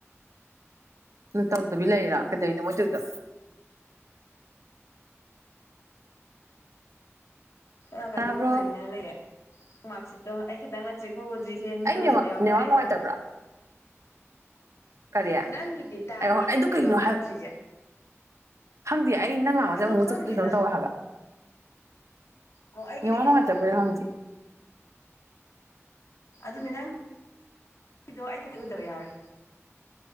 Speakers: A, on the right; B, on the left.
A: ꯑꯗꯨ ꯇꯧꯗꯕꯤ ꯂꯩꯔꯥ ꯀꯩꯗꯧꯅꯣ ꯃꯗꯨꯨꯗ
B: ꯈꯛꯇꯅꯨꯡ
A: ꯇꯥꯕ꯭ꯔꯣ
B: ꯉꯥꯏꯅ ꯂꯩꯔꯦ ꯃꯥꯔꯁꯤꯠꯇꯣ ꯑꯩ ꯈꯛꯇꯪ ꯅꯠꯇ꯭ꯦ ꯎꯗ꯭ꯔꯤꯁꯦ ꯃꯤ
A: ꯑꯩ ꯅꯦꯠꯋꯥꯛ
B: ꯎꯗꯕ ꯌꯥꯎꯅꯔꯦꯀꯣ
A: ꯅꯦꯠꯋꯥꯛ ꯅꯨꯡꯉꯥꯏꯇꯕ꯭ꯔꯥ ꯀꯔꯤ
B: ꯅꯪꯒꯤꯗꯤ ꯇꯥꯏꯌꯦ
A: ꯑꯩ ꯍꯣꯏ ꯑꯗꯨ
B: ꯑꯩꯒꯤꯔꯣ
A: ꯀꯩꯅꯣ
B: ꯇꯥꯗ꯭ꯔꯤꯁꯦ
A: ꯗꯤ ꯑꯩ ꯅꯪꯅ ꯑꯣꯖ
B: ꯑꯗꯣ
A: ꯑꯃꯨꯛ
B: ꯈꯪꯗꯦ
A: ꯆꯠ ꯑꯗꯨ
B: ꯅꯪ
A: ꯇꯧ ꯍꯥꯏꯕ
B: ꯑꯣ ꯑꯩꯒꯤꯗꯤ
A: ꯋꯥꯅ
B: ꯀꯩꯁꯨ
A: ꯃꯥꯇꯕ
B: ꯇꯧꯗꯦ
A: ꯍꯪꯗꯤ
B: ꯑꯗꯨꯅꯦ ꯅꯪꯗꯣ ꯑꯩ ꯈꯗꯤ ꯎꯗꯕ ꯌꯥꯎꯔꯦ